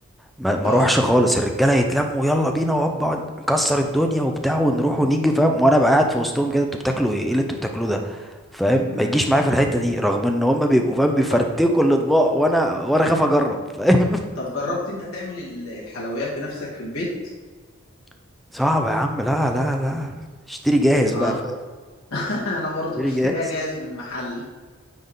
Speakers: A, in the centre; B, on the left.
A: ما ما
B: اه
A: اروحش خالص الرجالة يتلموا يلا بينا وابا نكسر الدنيا وبتاع ونروح ونيجي فاهم وانا بقى قاعد في وسطهم كده انتوا بتاكلوا ايه ايه اللي انتوا بتاكلوه ده فاهم
B: امم
A: ما يجيش معايا في الحتة دي رغم ان هم بيبقوا فاهم بيفرتكوا
B: طب
A: الاطباق وانا وانا خاف اجرب فاهم
B: طب جربت انت تعمل ال- الحلويات بنفسك في البيت
A: <laughs> صعب يا عم لا لا لا اشتري جاهز
B: اه
A: بقى
B: <laughs> انا برضو
A: بشتري
B: بشتريها
A: جاهز
B: جاهز من محل